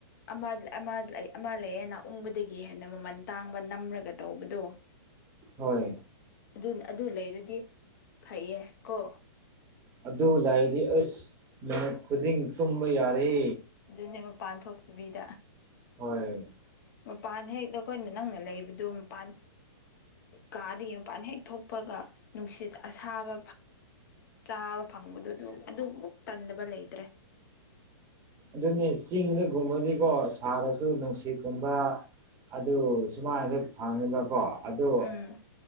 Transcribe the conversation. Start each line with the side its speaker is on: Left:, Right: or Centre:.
Left: ꯑꯃꯥ ꯑꯃꯥ ꯂꯩ ꯑꯃ ꯂꯩꯌꯦꯅꯎꯪꯕꯗꯒꯤ ꯍꯦꯟꯅ ꯃꯃꯟ ꯇꯥꯡꯕ ꯅꯝꯔꯒ ꯇꯧꯕꯗꯣ
Right: ꯍꯣꯏ
Left: ꯑꯗꯨ ꯑꯗꯨ ꯂꯩꯔꯗꯤ ꯐꯩꯌꯦ ꯀꯣ
Right: ꯑꯗꯨ ꯂꯥꯛꯏꯗꯤ ꯑꯁ ꯃꯤꯅꯠ ꯈꯨꯗꯤꯡ ꯇꯨꯝꯕ ꯌꯥꯔꯦ
Left: ꯑꯗꯨꯅꯦ ꯃꯄꯥꯟ ꯊꯣꯛꯇꯕꯤꯗ
Right: ꯍꯣꯏ
Left: ꯃꯄꯥꯟ ꯍꯦꯛꯛꯇ ꯑꯩꯈꯣꯏꯅ ꯅꯪꯅ ꯂꯩꯕꯗꯨꯣ ꯃꯄꯥꯟ ꯀꯥꯗꯒꯤ ꯃꯄꯥꯟ ꯍꯦꯛ ꯊꯣꯛꯄꯒ ꯅꯨꯡꯁꯤꯠ ꯑꯁꯥꯕ ꯆꯥꯕ ꯐꯪꯕꯗꯨ ꯇꯟꯗꯕ ꯂꯩꯇ <inaudible>
Right: ꯑꯗꯨꯅꯦ ꯆꯤꯡꯗꯒꯨꯝꯕꯗꯤꯀꯣ ꯁꯥꯔꯁꯨ ꯅꯨꯡꯁꯤꯠꯀꯨꯝꯕ ꯑꯗꯨ ꯁꯨꯃꯥꯏꯅꯗ ꯐꯪꯉꯤꯕꯀꯣ ꯑꯗꯨ
Left: ꯎꯝ